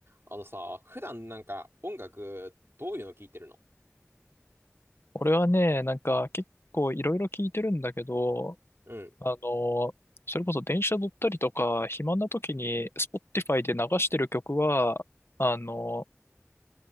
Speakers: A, on the right; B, on the left.
A: あのさ、普段なんか音楽どういうの聞いてるの
B: 俺はね、なんか結構いろいろ聞いてるんだけど、
A: うん、
B: あの、それこそ電車乗ったりとか、暇な時に Spotify で流してる曲は、あの、